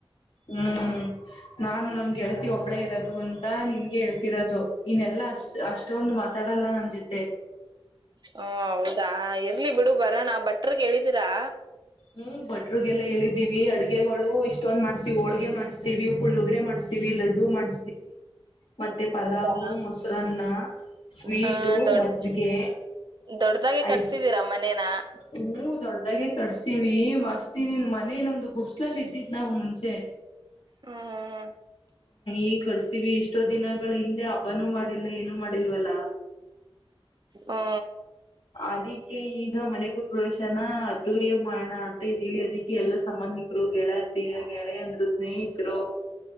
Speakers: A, on the left; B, on the right.
A: ಹ್ಮ್ ನಾನು ನಮ್ಗೆ ಹೇಳ್ತಿ ಒಬ್ಬಳೇ ಇರೋದು ಒಂದು ನಿನ್ಗೆ ಹೇಳ್ತಿರೋದು ಇನೆಲ್ಲಾ ಅಷ್ಟ ಅಷ್ಟೊಂದು ಮಾತಾಡಲ್ಲ ನನ್ ಜೊತೆ
B: ಹ ಹೌ ಇರ್ಲಿ ಬಿಡು ಬರೋಣ ಬಟ್ಟರ್ಗೆಿದ ರಾ
A: ಹ್ಮ್ ಬಟ್ರಗೆಲ್ಲ ಹೇಳಿದ್ದೀವಿ ಅಡ್ಗೆ ಹಗೆ ಹಳು ಇಷ್ಟೊಂದ ಮಾಡ್ತಿವಿ ಹೋಳ್ಗೆ ಮಾಡ್ಸ್ತಿ ವಿ ಉ ಪುಳುೋಗ್ರೆ ಮಾಡ್ತೀವಿ ಲಡ್ಡು ಮಾಡ್ ಮತ್ತೆ ಪಲಾವು್
B: ಹೌದಾ.
A: ಮೊಸರನ್ನ ಸ್ವೀಟ
B: ಹ ದೊಡ್
A: ಮಜ್ಜಿಗೆ
B: ದೊಡ್ಡದಾಗೆ ಕಟ್ಸಿದೀರಾ
A: ಐಸ್
B: ಮನೇನ
A: ಹ ದೊಡ್ಡದಾಗಿ ಕರ್ ಮಸ್ತ್ ಮನ ನೊ ಒಂದು ಗುಸ್ಲಲ್ಲಿ ಇದ್ದತ್ ನಾವು ಮುಂಚೆ
B: ಹ್ಮ್
A: ಈ ಕರ್ತೀವಿ ಎಷ್ಟೋ ದಿನಗಳ ಹಿಂದೆ ಹಬ್ಬನೂ ಮಾಡಿಲ್ಲ ಏನುೂ ಮಾಡಿಲ್ವಲ್ಲ
B: ಹಾ
A: ಅದಿಕ್ಕೆ ಈಗ ಮನೆಗ ಪ್ರಶನ ಅದ್ದೂರ್ಯ ಮಾಡಣ ಅಂತ ಇದ್ದೀವಿ ಅದಿಕ್ಕೆ ಎಲ್ಲ ಸಂಬಂಧಿಕರು ಗೆಳಿಯ ಗೆಳೆಯ ಅಂದ್ರು ಸ್ನೇಹಿತರು